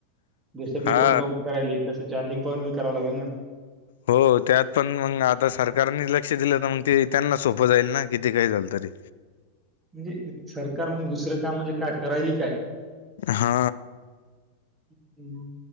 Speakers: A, on the right; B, on the left.
A: जस
B: हा
A: पेट्रोल पंप करायले तसं चार्जिंग पॉईंट बी करावं लागल ना
B: हो त्यात पण मग आता सरकारनी लक्ष दिलं ना मग ते त्यांना सोपं जाईल ना किती काही झाल तरी
A: म्हणजे सरकार मग दुसरं काम म्हणजे काय? करायली काय
B: हा
A: <unintelligible>